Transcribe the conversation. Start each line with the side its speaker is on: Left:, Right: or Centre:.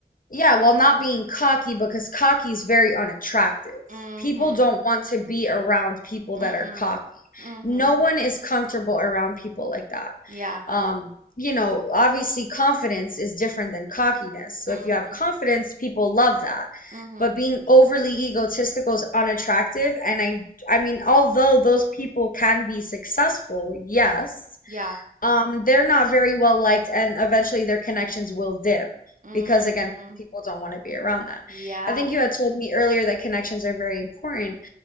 Left: Yeah, while not being cocky because cocky is very unattractive.
Right: Mm-hmm.
Left: People don't want to be around people
Right: Mm-mm.
Left: that are cocky.
Right: Mm-hmm.
Left: No one is comfortable around people like that.
Right: Yeah.
Left: Um, you know, obviously confidence is different than cockiness. So
Right: Mm-hmm.
Left: if you have confidence, people love that.
Right: Mm-hmm.
Left: But being overly egotistical is unattractive. And I, I mean, although those people can be successful, yes
Right: Yeah.
Left: um, they're not very well liked, and eventually their connections will dim
Right: Mm-hmm.
Left: because, again, people don't want to be around that.
Right: Yeah.
Left: I think you had told me earlier that connections are very important,